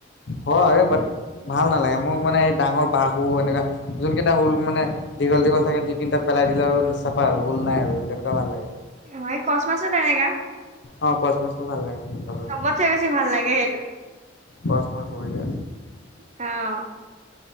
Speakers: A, on the left; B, on the right.
A: হয় বাট ভাল নালাগে মোক মানে এই ডাঙৰ বাহু এনেকুৱা যোন কেইটা হুল মানে দীঘল দীঘল থাকে দুই, তিনিটা পেলাই দিলে আৰু চাফা আৰু হুল নাই আৰু তেনেকুৱা ভাল লাগে।
B: অ এই ক'চ মাছো তেনেকুৱা।
A: অ ক'চ মাছটো ভাল লাগে। খাবলৈ
B: চবতচে বেছি ভাল লাগে সেইটো।
A: ক'চ মাছ বঢ়িয়া।
B: অ।